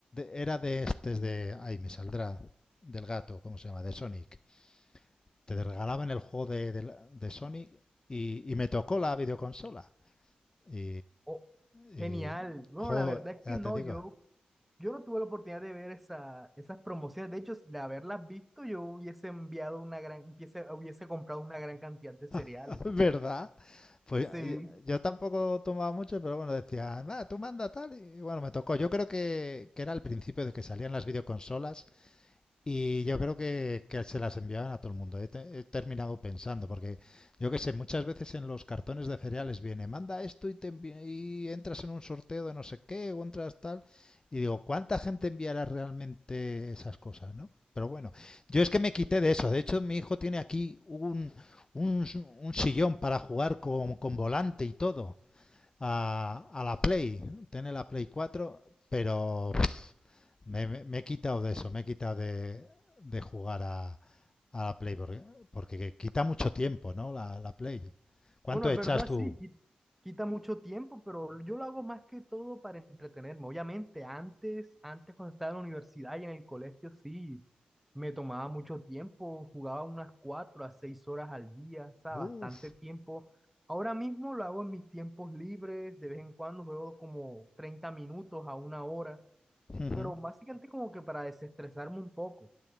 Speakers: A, on the left; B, in the centre.
A: era de estes de... ahí me saldrá. Del gato, ¿cómo se llama? De Sonic. Te regalaban el juego de, de de Sonic y, y me tocó la videoconsola. Y...
B: Oh,
A: y
B: genial. Bueno,
A: jo,
B: la verdad es
A: ya
B: que no,
A: te digo,
B: yo Yo no tuve la oportunidad de ver esa, esas promociones. De hecho, de haberlas visto, yo hubiese enviado una gran, hubiese, hubiese comprado una gran cantidad de cereales.
A: <laughs> ¿verdad? Pues
B: Sí.
A: yo, yo tampoco tomaba mucho, pero bueno, decían, "Ah, tú manda tal y bueno, me tocó. Yo creo que, que era el principio de que salían las videoconsolas Y yo creo que, que se las enviaban a todo el mundo. He, te- he terminado pensando, porque yo que sé, muchas veces en los cartones de cereales viene, manda esto y, te envi- y entras en un sorteo de no sé qué, o entras tal. Y digo, ¿cuánta gente enviará realmente esas cosas, no? Pero bueno, yo es que me quité de eso. De hecho, mi hijo tiene aquí un, un, un sillón para jugar con, con volante y todo a, a la Play, tener la Play cuatro pero pff, me, me- me he quitado de eso, me he quitado de, de jugar a, a la Play, porque, porque quita mucho tiempo, ¿no? La, la Play. ¿Cuánto
B: Bueno, es
A: echas
B: verdad,
A: tú?
B: sí, qui- quita mucho tiempo, pero yo lo hago más que todo para entretenerme. Obviamente, antes, antes cuando estaba en la universidad y en el colegio, sí, me tomaba mucho tiempo, jugaba unas cuatro a seis horas al día, o sea,
A: Uf,
B: bastante tiempo. Ahora mismo lo hago en mis tiempos libres, de vez en cuando juego como 30 minutos a una hora.
A: ujú,
B: pero básicamente como que para desestresarme un poco.